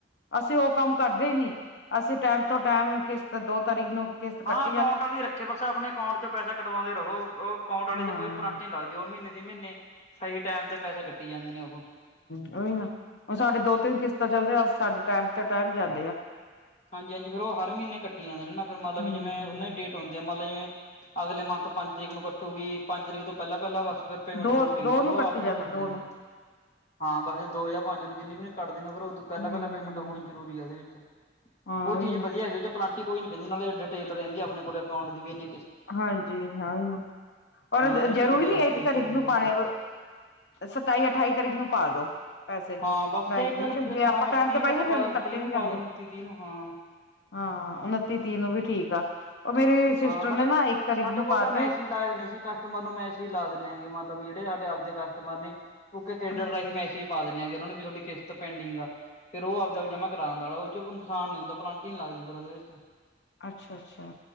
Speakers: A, on the left (about 75°); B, on the left (about 40°).
A: ਅਸੀਂ ਉਹ ਕੰਮ ਕਰਦੇ ਈ ਨੀ, ਅਸੀਂ ਟਾਈਮ ਤੋਂ ਟਾਈਮ ਕਿਸ਼ਤ ਦੋ ਤਾਰੀਕ ਨੂੰ ਕਿਸ਼ਤ
B: ਹਾਂ
A: ਕੱਟ
B: ਅਕਾਊਂਟ ਵਾਲੀ ਰੱਖੇ, ਬਸ ਆਪਣੇ ਅਕਾਂਟ ਚੋਂ ਪੈਸਾ ਕਟਵਾਉਂਦੇ ਰਹੋ ਉਹ ਅਕਾਊਂਟ ਵਾਲ
A: ਹਾਂ
B: ਚ ਕੋਈ ਪਨੇਲਟੀ ਲੱਗਦੀ, ਉਹ ਮਹੀਨੇ ਦੀ ਮਹੀਨੇ ਸਹੀ ਟਾਈਮ ਤੇ ਪੈਸਾ ਕੱਟੀ ਜਾਂਦੇ ਨੇ ਉਹ।
A: ਓਹੀ ਨਾ, ਹੁਣ ਸਾਡੇ ਦੋ ਤਿੰਨ ਕਿਸ਼ਤਾਂ ਚੱਲਦੇ ਸਾਡੇ ਟਾਈਮ ਤੇ ਟਾਈਮ ਜਾਂਦੇ ਆ
B: ਹਾਂਜੀ ਹਾਂਜੀ ਫੇ ਉਹ ਹਰ ਮਹੀਨੇ ਕੱਟੀ ਜਾਂਦੇ ਨੇ, ਨਾ ਫਿਰ ਮਤਲਬ
A: ਹਮ
B: ਜਿਵੇਂ ਉਹਨਾਂ ਡੇਟ ਹਦੀ ਮਤਲਬ ਜਿਵੇਂ ਅਗਲੇ ਮੰਥ ਪੰਜ ਤਰੀਕ ਨੂੰ ਕੱਟੂਗੀ, ਪੰਜ ਤਰੀਕ ਤੋਂ ਪਹਿਲਾਂ ਪਹਿਲਾਂ ਬਸ ਫ਼ਿਰ ਪੇਮੈਂਟ
A: ਦੋ
B: ਹੋਣੀ ਚਾਹੀਦੀ,
A: ਦੋ ਨੂੰ
B: ਫਿਰ ਉਹ
A: ਕੱਟੀ
B: ਆਪਣੇ
A: ਜਾਂਦੀ
B: ਆਪ ਕੱਟ
A: ਦੋ
B: ਲੈਂਦੇ
A: ਨੂੰ
B: ਨੇ। ਹਾਂ ਬਸੇ ਦੋ ਜਾਂ ਪੰਜ ਨੂੰ ਜਿੰਨੀ ਵੀ ਕੱਢਦੇ ਨੇ, ਫੇਰ ਉਦੋਂ ਪਹਿਲਾਂ
A: ਹਮ
B: ਪਹਿਲਾਂ ਪੇਮੈਂਟ ਹੋਣੀ ਜ਼ਰੂਰੀ ਹੈ ਉਹਦੇ ਵਿੱਚ
A: ਹਾਂ
B: ਉਹ ਚੀਜ਼
A: ਉਹੀ ਨਾ
B: ਵਧੀਆ ਹੈਗੀ, ਉਹ ਚ ਪਨੇਲਟੀ ਕੋਈ ਨੀ ਪੈਂਦੀ, ਨਾਲੇ ਡਿੇਲ ਰਿੰਦੀ ਆਪਣੇਲ ਅਕਾਊਂ ਦੀ ਵੀ ਇੰਨੀੇ
A: ਹਾਂਜੀ ਹਾਂ ਨਾ, ਔਰ
B: ਹਾਂ ਉਹਦੇ
A: ਜ਼ਰੂਰੀ
B: ਵਿੱਚ ਡਿਟੇਲ
A: ਨੀ
B: ਵੀ
A: ਇੱਕ
B: ਰਹਿੰਦੀ
A: ਤਾਰੀਕ
B: ਆਪਣੇ
A: ਨੂੰ
B: ਕੋਲੇ
A: ਪਾਣੇ ਸਤਾਈ ਅਠਾਈ ਤਰੀਕ ਨੂੰ ਪਾ ਦੋ। ਪੈਸੇ
B: ਹਾਂ ਬਸ
A: ਬੈਂਕ
B: ਜੇ ਇੱਕ
A: ਵਿੱਚ, ਜੇ ਆਪਾਂ
B: ਹਾਂ ਬਸ
A: ਟਾਈਮ
B: ਤੀਹ
A: ਤੇ ਪਾਈਏ
B: ਤੱਕ ਪਾ
A: ਫਿਰ
B: ਦੋ
A: ਕੱਟੇ
B: ਤੀਹ ਨੂੰ
A: ਨੀ
B: ਪਾ
A: ਜਾਂਦੇ।
B: ਦੋ ਉਨੱਤੀ ਤੀਹ ਨੂੰ ਹਾਂ
A: ਹਾਂ ਉਨੱਤੀ ਤੀਹ ਨੂੰ ਵੀ ਠੀਕ ਆ, ਉਹ ਮੇਰੀ ਸਿਸਟਰ
B: ਹਾਂ ਸਾਡੇ
A: ਨੇ ਨਾ ਇੱਕ ਤਾਰੀਕ
B: ਸਾਡੇ
A: ਨੂੰ
B: ਕੋਲ
A: ਪਾ
B: ਤਾਂ ਮੈਸੇਜ
A: ਤੇ
B: ਲਾਏ ਨੇ ਸੀ ਕਸਟਮਰ ਨੂੰ ਮੈਂਸਿਜ ਲਾ ਦਿੰਦੇ ਆ, ਮਤਲਬ ਜਿਹੜੇ ਸਾਡੇ ਆਪਦੇ ਕਸਟਮਰ ਨੇ ਉਥੇ ਕੇਡਰ
A: ਹਾਂ
B: ਰਾਹੀਂ ਮੈਸਜ ਪਾ ਦਿੰਨੇ ਆ ਕਿ ਉਹਨਾਂ ਨੂੰ ਵੀ ਤੁਹਾਡੀ ਕਿਸ਼ਤ ਪੈਂਡਿੰਗ ਆ ਫੇਰ ਓਹੋ ਆਪ ਦੇ ਆਪ ਜਮਾ ਕਰਾ ਆਂਦਾ ਆ, ਉਹਦੇ ਵਿੱਚ ਕੋਈ ਨੁਕਸਾਨ ਨਹੀਂ ਹੁੰਦਾ ਪਨਲਟੀ ਨਹੀਂ ਲੱਗਦੀ ਫੇਰ ਉਹਦੇ ਵਿੱਚ।
A: ਅੱਛਾ ਅੱਛਾ।